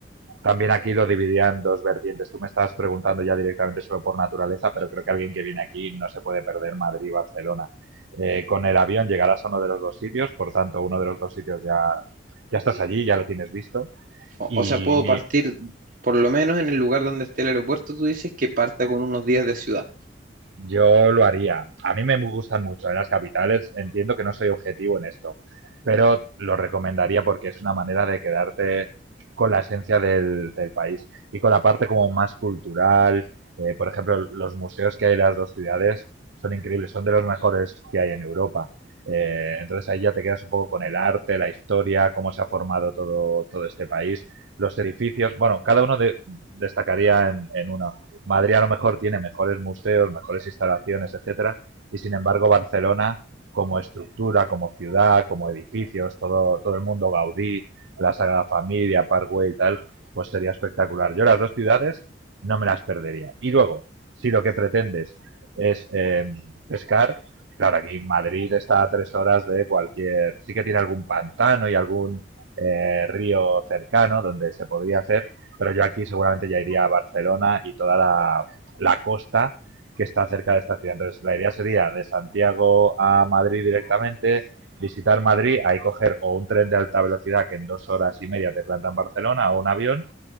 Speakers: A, on the right; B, on the right.
A: también aquí lo dividían en dos vertientes. Tú me estabas preguntando ya directamente solo por naturaleza, pero creo que alguien que viene aquí no se puede perder Madrid y Barcelona. Eh, con el avión llegarás a uno de los dos sitios, por tanto, uno de los dos sitios ya, ya estás allí, ya lo tienes visto.
B: O,
A: Y
B: o sea, puedo
A: mi,
B: partir, por lo menos en el lugar donde esté el aeropuerto, tú dices que parta con unos días de ciudad.
A: Yo lo haría. A mí me gustan mucho en las capitales. Entiendo que no soy objetivo en esto, pero lo recomendaría porque es una manera de quedarte con la esencia del, del país y con la parte como más cultural. Eh, por ejemplo, los museos que hay en las dos ciudades son increíbles, son de los mejores que hay en Europa. Eh, entonces ahí ya te quedas un poco con el arte, la historia, cómo se ha formado todo, todo este país, los edificios. Bueno, cada uno de- destacaría en, en una Madrid a lo mejor tiene mejores museos, mejores instalaciones, etcétera, y sin embargo Barcelona como estructura, como ciudad, como edificios, todo, todo el mundo Gaudí, la Sagrada Familia, Parkway y tal, pues sería espectacular. Yo las dos ciudades no me las perdería. Y luego, si lo que pretendes es eh, pescar, claro, aquí Madrid está a tres horas de cualquier, sí que tiene algún pantano y algún eh, río cercano donde se podría hacer, pero yo aquí seguramente ya iría a Barcelona y toda la, la costa que está cerca de esta ciudad. Entonces, la idea sería de Santiago a Madrid directamente, visitar Madrid, ahí coger o un tren de alta velocidad que en dos horas y media te planta en Barcelona o un avión,